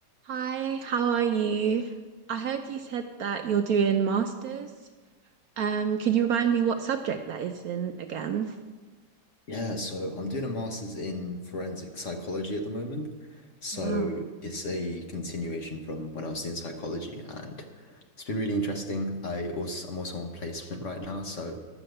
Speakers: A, on the right; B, on the left.
A: Hi, how are you? I heard you said that you're doing masters. Um, could you remind me what subject that is in again?
B: Yeah, so I'm doing a master's in forensic psychology at the moment. So
A: Wow,
B: it's a continuation from when I was doing psychology, and it's been really interesting. I also I'm also on placement right now, so